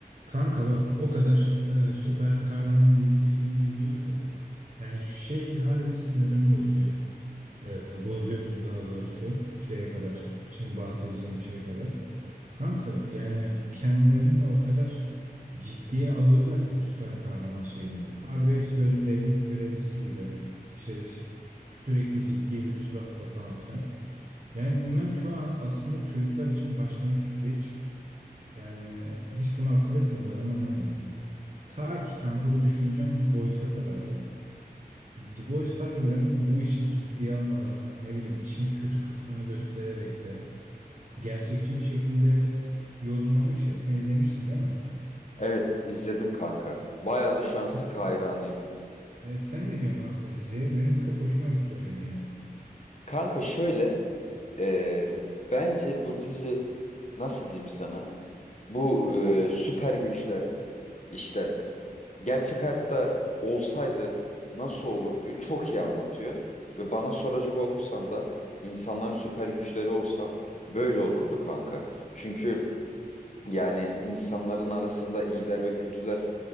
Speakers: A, on the right (about 45°); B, on the left (about 45°).
A: Kanka bak o kadar e, süper kahraman dizisi filmi izliyoruz da yani şey harbi sinirimi bozuyor. E, bozuyordu daha doğrusu şeye kadar. Şimdi bahsedeceğim şeye kadar. Kanka yani kendilerini o kadar ciddiye alıyorlar ki bu süper kahraman şeyinde. Harbi hepsi böyle devlet görevlisi gibi işte ş- sürekli ciddi bir suratla falan filan. Yani bunların çoğu an- aslında çocuklar için başlamış bir şey. Hiç yani hiç bunu akıl etmiyorlar mı anlamıyorum. Ta ki kanka bu düşüncem The Boys'a kadardı. The Boys harbiden bu işi ciddiye almadan ne bileyim işin kötü kısmını göstererek de gerçekçi bir şekilde yorumlamış ya. Sen izlemiştin değil mi?
B: Evet izledim kanka. Bayağı da şu
A: Sen,
B: an sıkı hayranıyım.
A: e, sen ne diyorsun kanka diziye? Benim çok hoşuma gitti o yönü ya.
B: Kanka şöyle e, bence bu dizi nasıl diyeyim sana? Bu e, süper güçler işte gerçek hayatta olsaydı nasıl olurdu çok iyi anlatıyor. Ve bana soracak olursan da insanların süper güçleri olsa böyle olurdu kanka. Çünkü yani insanların arasında iyiler ve kötüler